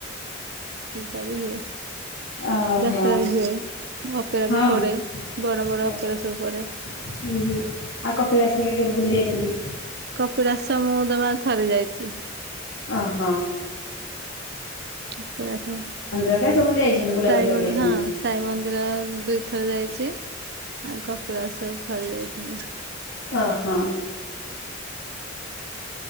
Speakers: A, on the right; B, on the left.
A: ପୂଜା ବି ହୁଏ।
B: ଓ
A: ଯାତ୍ରା
B: ହୋ।
A: ବି ହୁଏ। ଅପେରା
B: ହଁ
A: ବି
B: ଓ
A: ପଡେ
B: ହୋ
A: ବଡ ବଡ
B: ହଁ
A: ଅପେରା ସବୁ ପଡେ।
B: ହୁଁ ଆଉ କପିଳାସ ଆଜ୍ଞା କେବେ ବୁଲି ଯାଇଛନ୍ତି।
A: କପିଳାସ ମୁଁ ଜମା ଥରେ ଯାଇଚି।
B: ଓ ହୋ।
A: ହଁ କପିଳାସ
B: ହେରିକା ସବୁ ଯାଇଛନ୍ତି ବୁଲାବୁଲି
A: ସାଇ
B: କରିକି
A: ମନ୍ଦିର
B: ଆସିଛନ୍ତି।
A: ହଁ ସାଇ ମନ୍ଦିର ଦୁଇଥର ଯାଇ ଛି ଆଉ କପିଳାସ ସବ ଥରେ ଯାଇଥିଲି।
B: ଓହୋ।